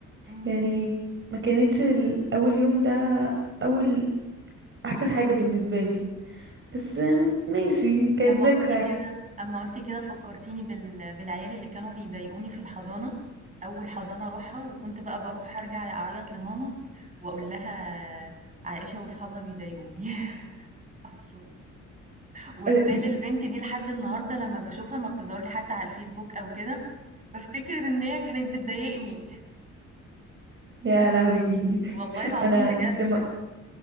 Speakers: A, on the right (about 25°); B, on the right (about 40°).
A: مم.
B: يعني ما كانتش ال- اول يوم ده اول احسن حاجة بالنسبة لي بس ماشي
A: أنتِ
B: كانت
A: أمّا
B: ذكرى
A: قُلتِ
B: يعني
A: كده أمّا قُلتِ كده فكّرتيني بال بالعيال اللي كانوا بيضايقوني في الحضانة، أول حضانة أروحها وكنت بقى باروح أرجع أعيّط لماما وأقول لها عائشة وأصحابها بيضايقوني <laughs> أصلًا وstill
B: <laughs>
A: البنت دي لحد النهارده لمّا باشوفها ما بتظهر لي حتى على الفيسبوك أو كده، بافتكر إن هي كانت بتضايقني
B: يا لهوي <laughs>
A: والله العظيم
B: انا
A: بجد.
B: انت لما